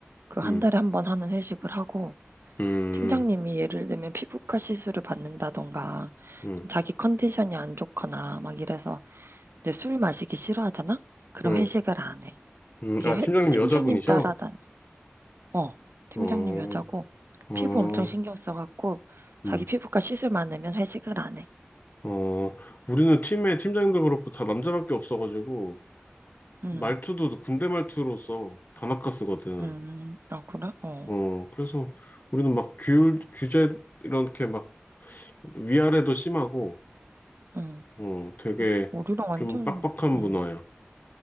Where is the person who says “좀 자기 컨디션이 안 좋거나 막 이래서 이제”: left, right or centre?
Right